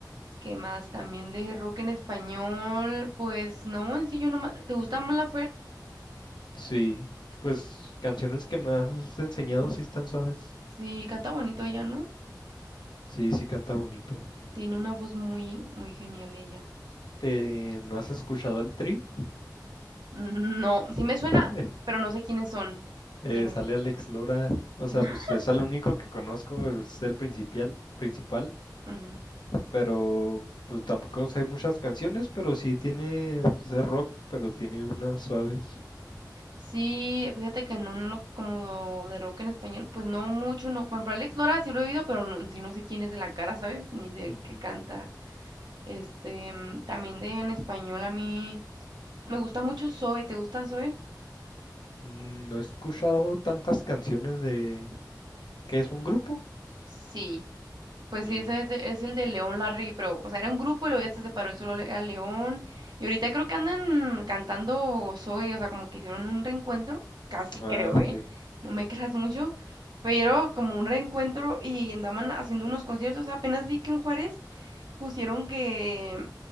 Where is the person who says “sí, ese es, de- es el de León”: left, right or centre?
Right